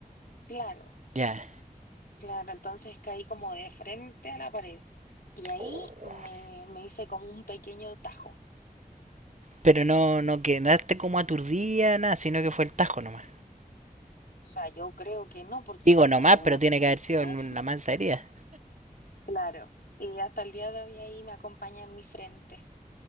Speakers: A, on the left; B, on the right.
A: claro,
B: Ya.
A: claro, entonces caí como de frente a la pared y ahí
B: Oh,
A: me, me hice como un pequeño tajo.
B: Pero no, no quedaste como aturdida, nada, sino que fue el tajo nomás.
A: O sea, yo creo que no, porque
B: Digo
A: igual
B: nomás,
A: pasaron
B: pero
A: hace
B: tiene
A: muchos
B: que haber sido
A: años.
B: en la mansa herida.
A: Claro. Y hasta el día de hoy ahí me acompaña en mi frente.